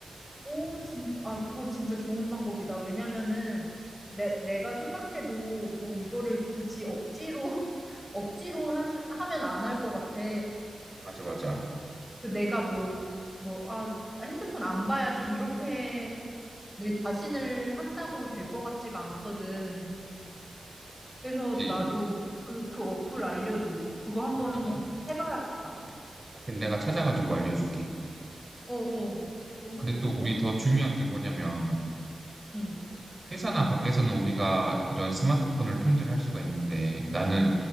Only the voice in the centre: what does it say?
오, 진짜, 아, 그거 진짜 좋은 방법이다. 왜냐면은, 내, 내가 생각해도, 뭐, 이거를 굳이 억지로, <laughs> 억지로 함, 하면 안 할 것 같아.
그 내가 뭐, 뭐, 아, 핸드폰 안 봐야지, 이렇게 내 자신을 한다고 될 것 같지가 않거든. 그래서
나도 그, 그 어플 알려줘. 그거 한번
해봐야겠다.
어어, 너무
좋은데?
응.